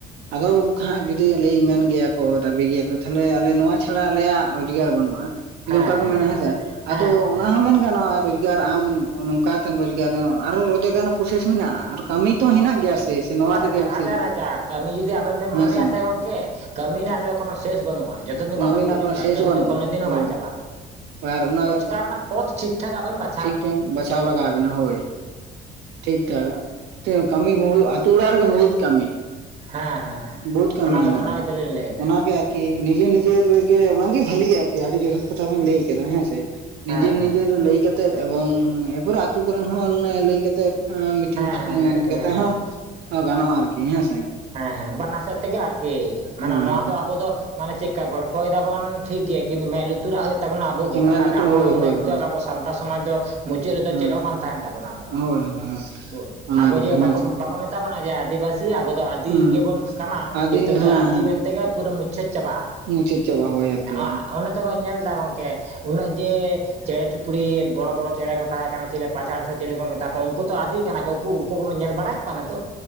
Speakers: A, on the right; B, on the right.
A: ᱟᱫᱚ ᱩᱱᱠᱟ ᱦᱟᱸᱜ ᱡᱩᱫᱤ ᱞᱟᱹᱭ ᱢᱮᱱ ᱜᱮᱭᱟ ᱠᱚ, ᱫᱟᱹᱵᱤ ᱜᱮᱭᱟ ᱠᱚ ᱛᱟᱦᱚᱞᱮ, ᱟᱞᱮ ᱱᱚᱣᱟ ᱪᱷᱟᱲᱟ ᱟᱞᱮᱭᱟᱜ ᱨᱚᱡᱽᱜᱟᱨ ᱵᱟᱹᱱᱩᱜᱼᱟ᱾ ᱡᱩᱫᱤ
B: ᱦᱮᱸ
A: ᱚᱱᱠᱟ ᱠᱚ
B: ᱦᱮᱸ
A: ᱢᱮᱱᱟ
B: ᱦᱮᱸ
A: ᱦᱮᱸᱥᱮ,
B: ᱦᱮᱸ
A: ᱟᱫᱚ ᱚᱱᱟ
B: ᱦᱮᱸ
A: ᱦᱚᱸ ᱢᱮᱱ ᱜᱟᱱᱚᱜᱼᱟ᱾ ᱨᱚᱡᱽᱜᱟᱨ ᱟᱢ ᱱᱚᱝᱠᱟᱛᱮᱢ ᱨᱚᱡᱽᱜᱟᱨ ᱫᱟ, ᱟᱨᱚ ᱨᱚᱡᱽᱜᱟᱨ ᱨᱮᱱᱟᱜ ᱯᱨᱚᱥᱮᱥ ᱢᱮᱱᱟᱜᱼᱟ, ᱟᱨ ᱠᱟᱹᱢᱤ ᱛᱚ ᱦᱮᱱᱟᱜ ᱜᱮᱭᱟ ᱥᱮ, ᱥᱮ ᱱᱚᱣᱟ ᱛᱮᱜᱮ
B: ᱦᱟᱡᱟᱨ-ᱦᱟᱡᱟᱨ
A: ᱵᱮᱥᱤ
B: ᱠᱟᱹᱢᱤ ᱡᱩᱫᱤ ᱟᱵᱮᱱ ᱵᱮᱱ ᱢᱚᱱᱮᱭᱟ
A: ᱦᱮᱸ ᱵᱟᱝ
B: ᱥᱮ, ᱜᱚᱝᱠᱮ ᱠᱟᱹᱢᱤ ᱨᱮᱱᱟᱜ ᱫᱚ ᱠᱳᱚᱱᱳ ᱥᱮᱥ ᱵᱟᱹᱱᱩᱜᱼᱟ, ᱡ ᱡᱚᱛᱚ ᱫᱤᱱ
A: ᱠᱟᱹᱢᱤ
B: ᱵᱟᱵᱮᱱ
A: ᱨᱮᱱᱟᱜ
B: ᱜᱩᱡᱩᱜ
A: ᱠᱳᱱᱳ
B: ᱠᱟᱱ,
A: ᱥᱮᱥ
B: ᱠᱟᱹᱢᱤ
A: ᱵᱟᱹᱱᱩᱜᱼᱟ
B: ᱫᱚ ᱠᱚᱱᱳ ᱫᱤᱱ ᱦᱚᱸ
A: ᱦᱳᱭ
B: ᱵᱟᱝ ᱪᱟᱵᱟᱜᱼᱟ᱾
A: ᱟᱨ ᱚᱱᱟ
B: ᱠᱟ ᱨᱮᱱᱟᱜ ᱯᱚᱛ, ᱴᱷᱤᱠ ᱴᱷᱟᱠ ᱟᱵᱮᱱ ᱵᱟ
A: ᱴᱷᱤᱠ ᱴᱷᱟᱠ ᱵᱟᱪᱷᱟᱣ ᱞᱟᱜᱟᱣ ᱟᱵᱤᱱᱟ ᱦᱳᱭ᱾ ᱴᱷᱤᱠ ᱴᱷᱟᱠ ᱛᱮ, ᱠᱟᱹᱢᱤ ᱟᱛᱩ ᱚᱲᱟᱜ ᱨᱮᱜᱮ ᱵᱚᱦᱛ ᱠᱟᱹᱢᱤ᱾
B: ᱦᱮᱸ ᱦᱮᱸ ᱦᱮᱸ
A: ᱵᱚᱦᱩᱛ ᱠᱟᱹᱢᱤ
B: ᱚᱱᱟ
A: ᱦᱮᱱᱟᱜᱼᱟ,
B: ᱚᱱᱟ ᱜᱮᱛᱚ ᱞᱤᱧ ᱞᱟᱹᱭᱮᱫᱟ
A: ᱚᱱᱟᱜᱮ ᱟᱨᱠᱤ᱾ ᱠᱤ ᱱᱤᱡᱮ ᱱᱤᱡᱮᱨ ᱨᱮᱜᱮ ᱚᱱᱟᱜᱮ, ᱵᱷᱟᱹᱞᱤᱜᱼᱟ ᱟᱨᱠᱤ, ᱟᱹᱰᱤ ᱡᱚᱛᱷᱟᱛ ᱠᱟᱛᱷᱟ ᱵᱮᱱ ᱞᱟᱹᱭ ᱠᱮᱫᱟ, ᱦᱮᱸ ᱥᱮᱸ ᱾
B: ᱦᱮᱸ
A: ᱱᱤᱡᱮᱨ
B: ᱦᱮᱸ ᱦᱮᱸ
A: ᱱᱤᱡᱮᱨ ᱨᱮ ᱞᱟᱹᱭ ᱠᱟᱛᱮᱫ, ᱮᱵᱚᱝ ᱮᱯᱚᱨᱮ ᱟᱛᱳ ᱠᱚᱨᱮ ᱦᱚᱸ ᱞᱟᱹᱭ ᱛᱮᱫ ᱢᱤᱴᱤᱱ
B: ᱦᱮᱸ
A: ᱵᱷᱟᱴ
B: ᱦᱮᱸ
A: ᱱᱤᱭᱟᱹ
B: ᱟᱨᱠᱤ ᱦᱮᱸ
A: ᱠᱟᱛᱮᱜ ᱦᱚᱸ ᱜᱟᱱᱚᱜᱼᱟ, ᱟᱨᱠᱤ ᱦᱮᱸ ᱥᱮ ᱾
B: ᱦᱮᱸ, ᱦᱮᱸ, ᱵᱟᱱᱟᱨᱥᱮᱫ ᱛᱮᱜᱮ ᱟᱨᱠᱤ, ᱢᱟᱱᱮ
A: ᱦᱮᱸ
B: ᱱᱚᱣᱟ ᱫᱚ ᱟᱵᱚ ᱫᱚ, ᱢᱟᱱᱮ ᱪᱮᱜ ᱠᱟ ᱜᱚᱞᱯᱷᱚᱭᱫᱟ ᱵᱚᱱ ᱴᱷᱤᱠ ᱜᱮᱭᱟ, ᱠᱤᱱ ᱢᱮᱫ ᱞᱩᱛᱩᱨᱟᱜ ᱦᱳᱭᱳᱜ ᱛᱟᱵᱚᱱᱟ, ᱟᱵᱚᱜᱮ
A: ᱦᱮᱸ
B: ᱵᱟᱠᱷᱟᱡ
A: ᱢᱮᱫ ᱞᱩᱛᱩᱨ
B: ᱫᱚ ᱟᱵᱚ
A: ᱦᱳᱭ
B: ᱦᱚᱸ
A: ᱦᱳᱭ
B: ᱢᱮᱱ ᱛᱮ
A: ᱦᱳᱭ
B: ᱟᱵᱚ ᱥᱟᱱᱛᱟᱲ ᱥᱚᱢᱟᱡᱽ ᱫᱚ ᱢᱩᱪᱟᱹᱫ ᱨᱮᱫᱚ
A: ᱦᱮᱸ
B: ᱪᱮᱫ ᱦᱚᱸ ᱵᱟᱝ ᱛᱟᱦᱮᱱ ᱛᱟᱵᱚᱱᱟ ᱟᱫᱚ
A: ᱦᱳᱭ ᱦᱳᱭ ᱦᱳᱭ
B: ᱵᱩᱡᱽ,
A: ᱚᱱᱟᱜᱮ
B: ᱟᱵᱚ ᱡᱮ
A: ᱦᱮᱸᱥᱮ
B: ᱵᱟᱠᱚ ᱵᱟ ᱠᱚ ᱢᱮᱛᱟ ᱵᱚᱱᱟ ᱡᱮ, ᱟᱹᱫᱤᱵᱟᱹᱥᱤ ᱟᱵᱚ ᱫᱚ ᱟᱫ ᱫᱤ
A: ᱦᱮᱸ
B: ᱜᱮᱵᱚᱱ ᱠᱟᱱᱟ,
A: ᱟᱫᱤ
B: ᱠᱤᱱᱛᱩ
A: ᱦᱮᱸ
B: ᱟᱫᱤ ᱢᱮᱱᱛᱮᱜᱮ ᱯᱩᱨᱟᱹ ᱢᱩᱪᱟᱹᱫ ᱪᱟᱵᱟᱜᱼᱟ ᱾
A: ᱢᱩᱪᱟᱹᱫ ᱪᱟᱵᱟ ᱦᱳᱭ ᱟᱨᱠᱤ
B: ᱚᱱᱮ ᱛᱚᱵᱮᱱ ᱧᱮᱞ ᱫᱟ ᱜᱚᱝᱠᱮ, ᱩᱱᱟᱹᱜ ᱡᱮ ᱪᱮᱬᱮ ᱪᱩᱯᱲᱤ ᱵᱚᱲᱚ ᱵᱚᱲᱚ ᱪᱮᱬᱮ ᱠᱚ ᱛᱟᱦᱮᱸ ᱠᱟᱱᱟ, ᱪᱮᱞᱮ ᱯᱟᱡᱷᱟᱲ ᱥᱮ ᱪᱮᱸᱞᱮᱸ ᱠᱚ ᱢᱮᱛᱟ ᱠᱚᱣᱟ, ᱩᱝᱠᱩ ᱛᱚ ᱟᱫᱤ ᱠᱟᱱᱟ ᱠᱚ, ᱩᱠᱩ ᱩᱠᱩ ᱠᱚᱵᱚ‌ ᱧᱮᱞ ᱵᱟᱲᱟᱭᱮᱫ ᱠᱚᱣᱟ ᱱᱮᱛᱚᱜ?